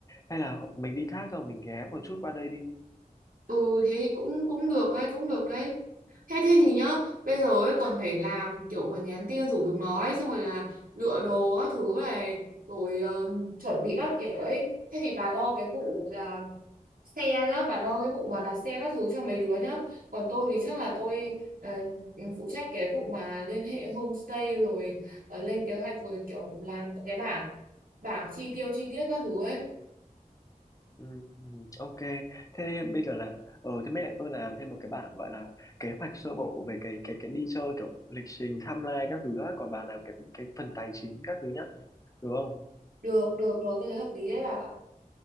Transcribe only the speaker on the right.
ừ thế thì cũng cũng được đấy cũng được đấy thế thế thì nhá bây giờ ấy còn phải làm kiểu còn nhắn tin rủ chúng nó ấy xong rồi là lựa đồ các thứ này rồi ờ, chuẩn bị các kiểu ấy thế thì bà lo cái vụ là xe nhá bà lo cái vụ mà đặt xe các thứ cho mấy đứa nhá còn tôi thì chắc là tôi ờ, ừ, phụ trách cái vụ mà liên hệ homestay rồi ờ, lên kế hoạch rồi kiểu làm cái bảng bảng chi tiêu chi tiết các thứ ấy
được được được tôi thấy hợp lý đấy bà ạ.